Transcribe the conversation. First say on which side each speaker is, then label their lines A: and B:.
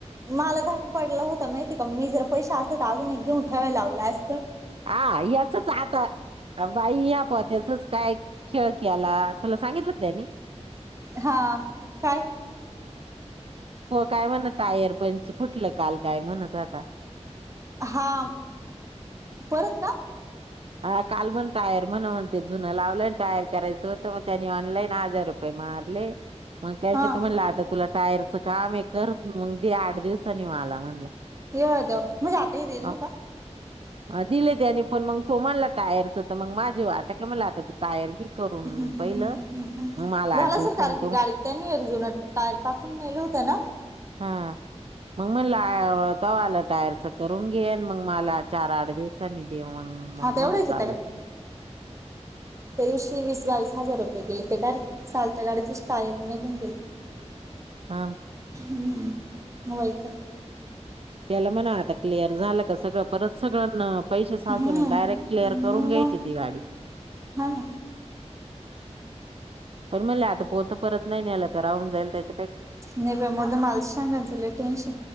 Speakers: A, on the right (about 25°); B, on the right (about 55°).
A: मला धाक पडलं होतं माहिती का मी जर पैसे असे तर अजून एक घेऊन ठ्यावा लावला अस
B: हा याचच आता बाई या पोत्याचच काय खेळ केला, तुला सांगितलं त्यानी?
A: हा काय
B: कायते म्हणत टायर पंच फुटलं काल काय म्हणत होता
A: हा परत का
B: हा काल म्हण टायर म्हण म्हणते जुनं लावलंन टायर करायचं होत मग त्यानी ऑनलाईन हजार रुपय हजार रुपये मारले मग काय
A: हा
B: ते म्हणलं आता तुला टायरचं काम आहे करत मग दे आठ दिवसनी मला म्हणलं
A: देतो म्हणजे आता ही देयेल
B: अ,
A: नाही का
B: अ दिले त्यानी पण मग तो म्हणला टायरच तर मग माझे वाटकलं मला आता तू टायर घे करून
A: ह ह
B: पहिलं
A: ह्
B: मग मला
A: झाला
B: आठ दिवसांनी
A: सर कारण की
B: तो
A: गाडीत त्यांनी एकजुन टायर टाकून नेले होत ना <inaudible>
B: हा मग म्हणला तेव्हा आला टायरच करून घेन मग मला चार आठ दिवसांनी दे मंग मंग
A: आता एवढ्याच
B: मण चालल
A: तेवीशे वीस बास हजार रुपये गेले ते डायरेक्ट चालत गाडीचच टायर निघून गेले
B: हा
A: हम्म मबाईप
B: त्याला म्हणा आता क्लिअर झालं का सगळं परत सगळ्यांना पैसे साचवून
A: हम्म
B: डायरेक्ट क्लिअर करून घ्यायची
A: मग
B: ती गाडी
A: हा ना
B: तर म्हणले म्हटले आता पोत परत नाही नाही याला राहून जाईल काय तर
A: नाही बा माझं माल शेंगांच लई टेन्शन